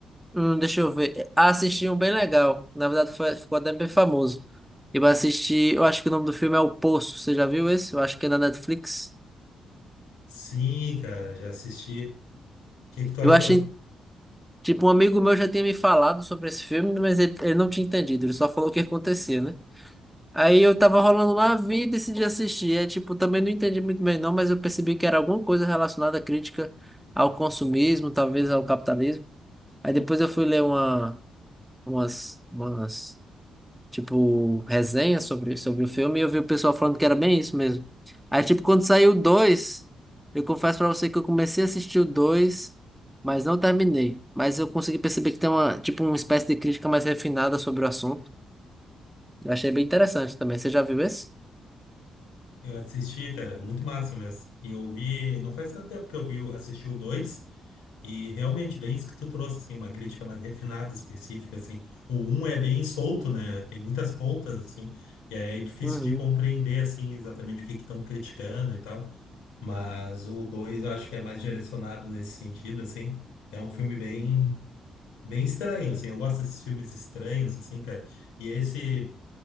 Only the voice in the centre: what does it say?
Hum, deixa eu ver. Ah, Assisti um bem legal. Na verdade, foi, ficou até bem famoso. Eu assisti. Eu acho que o nome do filme é O Poço. Você já viu esse? Eu acho que é na Netflix.
Eu
achei Tipo, um amigo meu já tinha me falado sobre esse filme, mas ele, ele não tinha entendido, ele só falou o que acontecia, né? Aí eu tava rolando lá, vi e decidi assistir. É, tipo, também não entendi muito bem não, mas eu percebi que era alguma coisa relacionada à crítica ao consumismo, talvez ao capitalismo. Aí depois eu fui ler uma, umas, umas tipo, resenha sobre, sobre o filme, e eu vi o pessoal falando que era bem isso mesmo. Aí, tipo, quando saiu o dois eu confesso pra você que eu comecei a assistir o dois mas não terminei. Mas eu consegui perceber que tem uma, tipo, uma espécie de crítica mais refinada sobre o assunto. Eu achei bem interessante também. Você já viu esse?
Uhum.